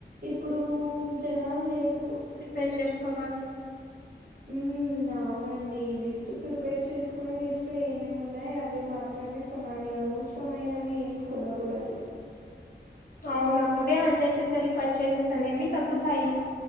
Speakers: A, on the right; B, on the left.
A: ఇప్పుడు జనాలు లేకపో
B: పే చేసుకోవాలి
A: మ్మ్, అవునండి లిస్ట్ ప్రిపేర్ చేసుకుని లిస్ట్లో ఏమేమున్నమో అవి మాత్రమే కొనాలి అలా అవసరమైనవి ఏం కొనకూడదు
B: అవునప్పుడే అన్నెసెసరీ పర్చేసెస్ అనేవి తగ్గుతాయి